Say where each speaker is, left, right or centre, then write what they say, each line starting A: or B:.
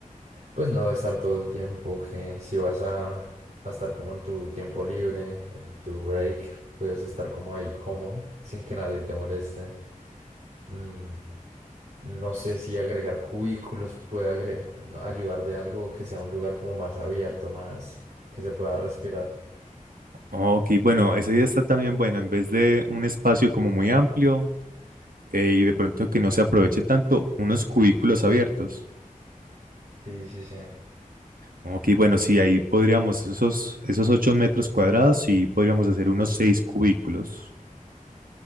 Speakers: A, on the right; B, on the right.
A: pues, no de estar todo el tiempo, que si vas a, a estar como en tu tiempo libre, en tu break, puedes estar como ahí cómodo, sin que nadie te moleste. Mm, no sé si agregar cubículos puede agre- no, ayudar de algo que sea un lugar como más abierto, más que se pueda respirar.
B: Ok, bueno, esa idea está también buena. En vez de un espacio como muy amplio eh, y de pronto que no se aproveche tanto, unos cubículos abiertos.
A: Sí, sí, sí.
B: Ok, bueno, sí, ahí podríamos, esos, esos 8 metros cuadrados, sí podríamos hacer unos 6 cubículos.